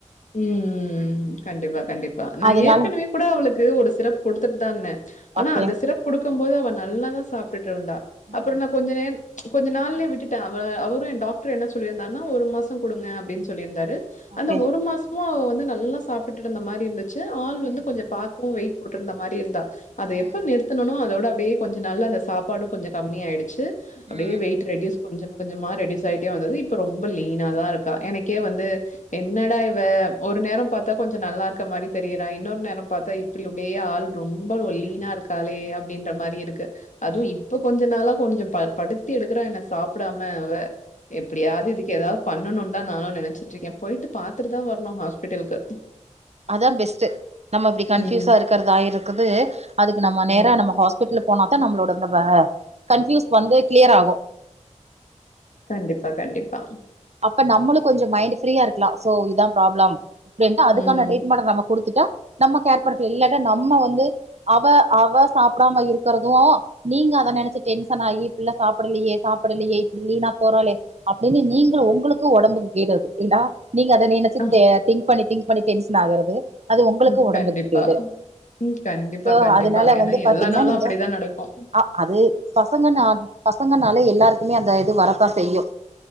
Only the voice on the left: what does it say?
ம் ம் கண்டிப்பா கண்டிப்பா நா
ஏற்கனவே கூட அவளுக்கு ஒரு சிரப்பு கொடுத்துட்டு தா இருந்தே ஆனா
அந்த சிரப்பு குடுக்கு போது அவ நல்லாதா சாப்பிட்டுட்டு இருந்தா
அப்றோ நா கொஞ்ச நேரோ கொஞ்ச நாள்லே விட்டுட்டே அவ அவரு என் டாக்டர் என்ன சொல்லியிருந்தாருன்னா ஒரு மாசோ கொடுங்க அப்டின்னு சொல்லியிருந்தாரு
அந்த ஒரு மாசமு அவ வந்து நல்லா சாப்பிட்டுட்டு இருந்த மாரி இருந்துச்சு ஆள் வந்து
கொஞ்சோ பார்க்கவு வெயிட் போட்ருந்த மாரி இருந்தா அத
எப்ப நிறுத்தனண்ணோ அதோட அப்டியே கொஞ்ச நாள் அந்த சாப்பாடு கம்மி ஆயிடுச்சு அப்டியே
வெய்ட் ரெடியூஸ் கொஞ்சம் கொஞ்சமா ரெடியூஸ் ஆயிட்டே வந்தது இப்ப ரொம்ப லீனா தா இருக்கா எனக்கே வந்து என்னடா இப்ப ஒரு நேரோ பார்த்தா கொஞ்சோ நல்லா இருக்க மாரி தெரியறா இன்னொரு நேரோ பாத்தா இப்டி அப்டியே ஆள் ரொம்ப ஒ லீனா இருக்க காலே அப்டின்ற மாரி இருக்கு அதுவு
இப் இப்ப கொஞ்ச நாளா கொஞ்சோ படுத்தி எடுக்குறா என்ன சாப்டாம அவ எப்டியாவது இதுக்கு ஏதாவது பண்ணணு தா நானு நெனச்சிட்டு இருக்க போயிட்டு பாத் துட்டு தா வரணு ஹாஸ்பிடலுக்கு
ம்
ம்
கண்டிப்பா கண்டிப்பா
ம்
அ
ம்
கண்டிப்பா
ம் கண்டிப்பா
கண்டிப்பா
ஏன்னா
எல்லா நாளு
அப்டிதா நடக்கு